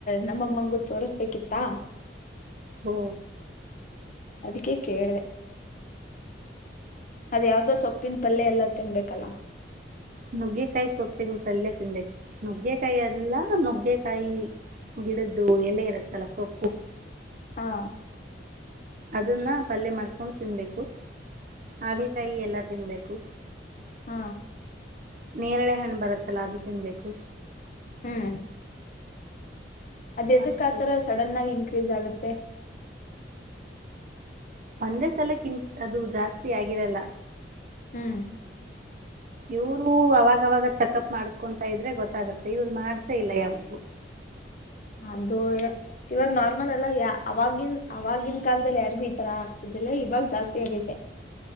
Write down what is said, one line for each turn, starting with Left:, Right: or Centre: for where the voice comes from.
Left: ನಮ್ಮಮ್ಮಂಗೂ ತೋರ್ಸ್ಬೇಕಿತ್ತಾ
Right: ಹ್ಮ
Left: ಅದಕ್ಕೆೇ ಕೇಳಿದೆ ಅದ ಯಾವ್ದೋ ಸೊಪ್ಪಿನ ಪಲ್ಯ ಎಲ್ಲಾ ತಿನ್ಬೇಕಲ್ಲ
Right: ನುಗ್ಗೆಕಾಯಿ ಸೊಪ್ಪಿನ ತಲ್ಲೆ ತಿನ್ಬೇಕು ನುಗ್ಗೆಕಾಯಿ ಎಲ್ಲ ನುಗ್ಗೆಕಾಯಿ ಗಿಡದ್ದು ಎಲೆ ಇರುತ್ತಲ್ಲ ಸೊಪ್ಪು
Left: ಹಾ
Right: ಅದನ್ನ ಪಲ್ಯ ಮಾಡ್ಕೊಂಡು ತಿನ್ಬೇಕು ಹಾಗಲಕಾಯಿ ಎಲ್ಲ ತಿನ್ಬೇಕು
Left: ಹ್ಮ
Right: ನೇರಳೆ ಹಣ್ಣು ಬರುತ್ತಲ್ಲ, ಅದು ತಿನ್ಬೇಕು.
Left: ಹ್ಮು. ಅದ್ ಎದಕ್
Right: ಮತ್ತೆ
Left: ಆತರ ಸಡನ್ ಆಗ್ ಇನ್ ಕ್ರೀಸ್ ಆಗುತ್ತೆ.
Right: ಒಂದೇ ಸಲಕ್ ಇನ್ಕ್ ಅದು ಜಾಸ್ತಿ ಆಗಿರಲ್ಲ.
Left: ಹ್ಮು.
Right: ಇವ್ರೂ ಅವಾಗವಾಗ ಚೆಕಪ್ ಮಾಡಸ್ಕೊಂತಾ ಇದ್ರೆ ಗೊತ್ತಾಗತ್ತೆ ಇವ್ರು ಮಾಡ್ಸೇ ಇಲ್ಲ ಯಾವಾಗ್ಲು.
Left: ಅದು ಇವಾಗ್ ಇವಾಗ್ ನಾರ್ಮಲ್ ಅಲ್ಲ ಯ ಆವಾಗಿನ್ ಆವಾಗಿನ್ ಕಾಲ್ದಲ್ ಯಾರ್ಗೂ ಈ ತರ ಆಗ್ತಿದ್ದಿಲ್ಲ ಇವಾಗ್ ಜಾಸ್ತಿ ಆಗೈತೆ.